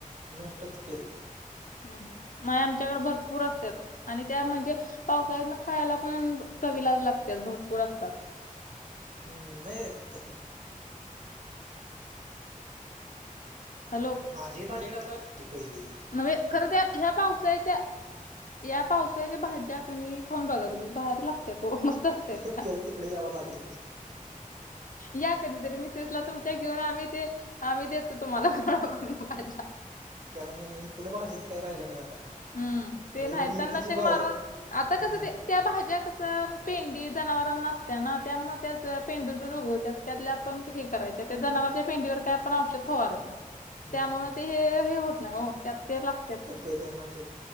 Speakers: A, on the right; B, on the left.
A: नष्टच केल्या.
B: ह् ह नाही आमच्याकडे भरपूर असत्यात आणि त्या म्हणजे पावसाळ्यात. खायला पण चवीला लागत्यात भरपूर असतात.
A: हम्म नाही ते.
B: हॅलो.
A: माझी माझ्याकडे आता ती पहिली.
B: नव्हे खर त्या ह्या पावसाळ्याच्या. या पावसाळच्या भाज्या कणी खाऊन बघा तुम्ही भारी लागतत्यात वो मस्त. असत्यात
A: हे
B: त्या.
A: त्याला तिकडे यावं लागलं
B: या कधीतरी मिसेसला तुमच्या घेऊन आम्ही ते आम्ही देतो तुम्हाला भाज्या.
A: कारण इकडं भाजीचं काही राहिलं नाही आता.
B: हम्म ते
A: म्हणजे
B: नाही
A: मेथीची
B: तननाशक
A: भाजी
B: मारून आता
A: हां
B: कस ते त्या भाज्या कस पी पंडी जना नसत्या ना त्या त्या पेंडतून उगवत त्यात आपण हे कराय त्या जनावरच्या पेंडीवर. का आपण औषध फवारत नाही
A: हम्म.
B: त्यामुळे ते हे होत नाही हो त्यात ते लागतेत.
A: ते तननाशक